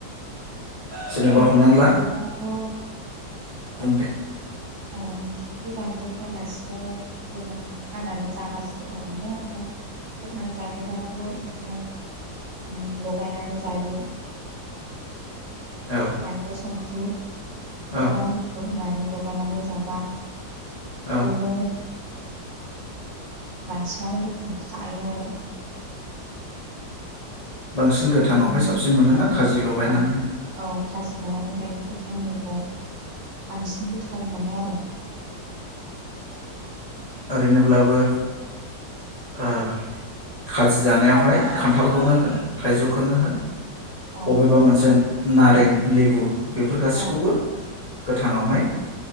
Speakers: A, on the left; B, on the right.
A: जेन'बा
B: <unintelligible> गोमोन
A: हमनानै
B: जायोब्लाथ'
A: ला <unintelligible>
B: ओ संख्रि बानलु होआलासिनो गोमोन हानानै जाबासो गोथाव मोनो ओमफ्राय गोथां जायोबाथ' बिदिनो ओम लगायनानै जायो।
A: औ
B: बानलु <unintelligible> <unintelligible> <unintelligible> <unintelligible> लगायनानै
A: औ
B: जाबा। <unintelligible>
A: औ
B: बांसिनानो गोथां <unintelligible> जायो आरो।
A: बांसिन गोथाङावहाय
B: गोथांङावनो
A: साबसिन मोनोना
B: औ
A: खाजि लगायनानै
B: औ औ खाजि लागानानै जायो गोथांनि। ओ बांसिन गोथाव मोनो आरो
A: ओरैनोब्लाबो ओ खाजि जानायावहाय खान्थालखौनो होन थाइजौखौनो होन
B: औ
A: बबेबा मोनसे नारें लेबु। बेफोर गासैखौबो
B: औ
A: गोथाङावहाय